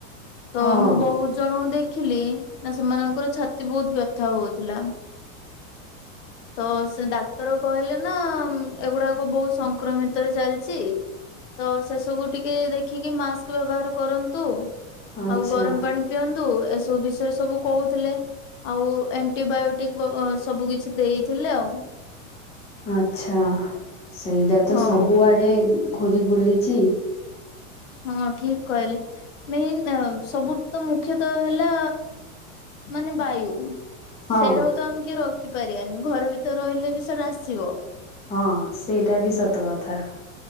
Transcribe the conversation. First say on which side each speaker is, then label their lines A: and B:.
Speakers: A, on the left; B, on the left.
A: ତ
B: ହଁ
A: ମୁଁ ବହୁତ ଜଣଙ୍କୁ ଦେ ଖିଲି ନା ସେମାନଙ୍କର ଛାତି ବହୁତ ବ୍ୟଥା ହଉଥିଲା। ତ ସେ ଡାକ୍ତର କହିଲେ ନା ଏଗୁଡାକ ବହୁତ ସଂକ୍ରମିତରେ ଚାଲିଚି। ତ ସେସବୁ ଟିକେ ଦେଖିକି ମାସ୍କ ବ୍ୟବହାର କରନ୍ତୁ।
B: ଆଚ୍ଛା
A: ଆଉ ଗରମ ପାଣି ପିଅନ୍ତୁ ଏସବୁ ବିଷୟରେ ସବୁ କଉଥୁଲେ। ଆଉ ଏଣ୍ଟିବାୟୋଟିକ ବ-ସବୁ କିଛି ଦେଇଥିଲେ ଆଉ।
B: ଆଛା ସେଇଟା
A: ହଁ।
B: ତ ସବୁଆଡେ ଘୁରି ବୁଲିଚି।
A: ହଁ ଠିକ୍ କହିଲେ ମେନ୍ ସବୁ ତ ମୁଖ୍ୟତଃ ହେଲା ମାନେ ବାୟୁ
B: ହଁ
A: ସେଇଟାକୁ ତ ଆମେ କିଏ ରକିପାରିବାନି ଘର ଭିତରେ ରହିଲେ ବି ସେଇଟା ଆସିବ।
B: ହଁ ସେଇଟା ବି ସତ କଥା।